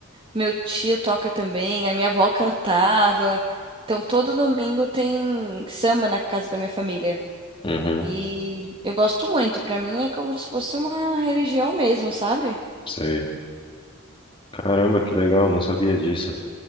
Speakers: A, on the right (about 25°); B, on the left (about 25°).
A: Meu tio toca também, a minha avó cantava. Então, todo domingo tem samba na casa da minha família.
B: Uhum,
A: E eu gosto muito, pra mim é como se fosse uma religião mesmo, sabe?
B: sei. Caramba, que legal, não sabia disso.